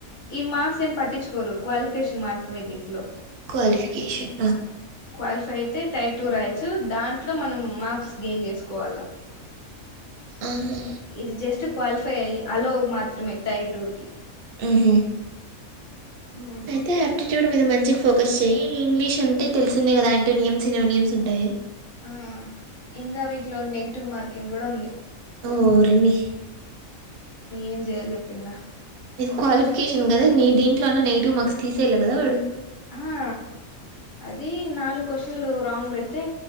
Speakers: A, on the left (about 55°); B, on the right (about 70°).
A: ఈ మార్క్స్ ఏం పట్టించుకోరు క్వాలిఫికేషన్ మాత్రమే దీంట్లో
B: క్వాలిఫికేషన్
A: క్వాలిఫై అయితే టైర్ టూ రాయచ్చు దాంట్లో మనం మార్క్స్ గెయిన్ చేసుకోవాల
B: ఆహా
A: ఇది జస్ట్ క్వాలిఫై అయ్యి అలో మాత్రమే టై టూ కి
B: ఆహ
A: ఉమ్
B: అయితే యాప్టిట్యూడ్ మీద మంచి మంచి ఫోకస్ చెయయి ఇంగ్లీష్ అంటే తెలిసిందిే కదా అంటే నియమ్స్న్య నియమ్స్ ఉంటాయి
A: ఆ ఇంకా వీటిలో నెగిటివ్ మార్కింగ్ కూడా ఉంది
B: ఓ రాణి
A: ఏం చేయాలో చెప్పు ఇంగ
B: క్వాలిఫికేషన్ కదా న దీంట్లో ఉన్నా నెగిటివ్ మార్క్స్ తీసేళ్ళి కదా వాడు
A: ఆ అది నాలుగు క్వశన్లు రాంగ్ పెడితే